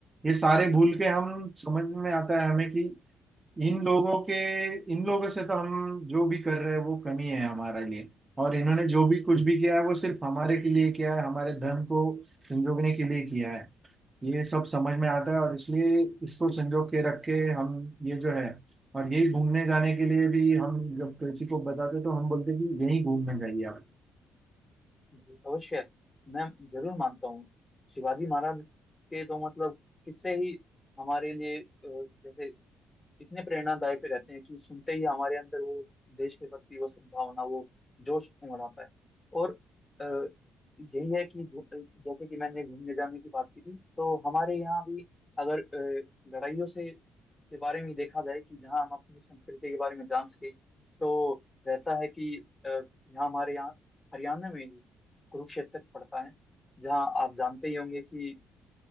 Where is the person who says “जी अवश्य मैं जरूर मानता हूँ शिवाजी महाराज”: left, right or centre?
Left